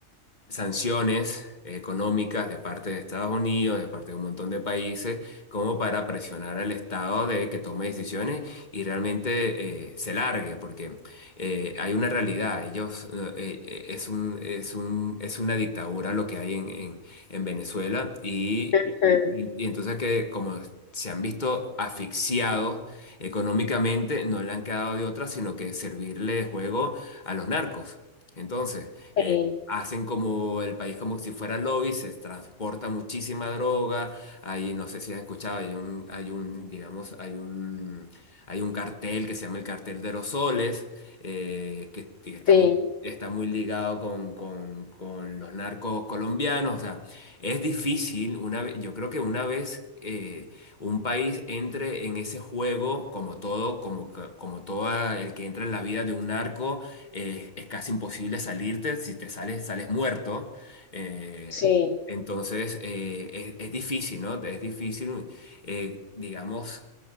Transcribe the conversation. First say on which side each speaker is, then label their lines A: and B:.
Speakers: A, on the left; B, on the left.
A: sanciones económicas de parte de Estados Unidos, de parte de un montón de países, como para presionar al Estado de que tome decisiones y realmente eh, se largue, porque eh, hay una realidad. Ellos, eh, eh, es un, es un, es una dictadura lo que hay en, en, en Venezuela y,
B: ujú.
A: y, y entonces que como se han visto asfixiados económicamente, no le han quedado de otra sino que servirle juego a los narcos. Entonces, eh,
B: Sí,
A: hacen como el país como si fuera lobby, se transporta muchísima droga, hay, no sé si has escuchado, hay un, hay un, digamos, hay un, hay un cartel que se llama el cartel de los soles, eh, que, que está
B: sí,
A: muy, está muy ligado con, con- con los narcos colombianos. O sea, es difícil, una ve- yo creo que una vez eh, un país entre en ese juego, como todo, como, ca- como todo el que entra en la vida de un narco, eh, es casi imposible salirte, si te sales, sales muerto. Eh,
B: sí,
A: entonces, eh, es, es difícil, ¿no? Es difícil, eh, digamos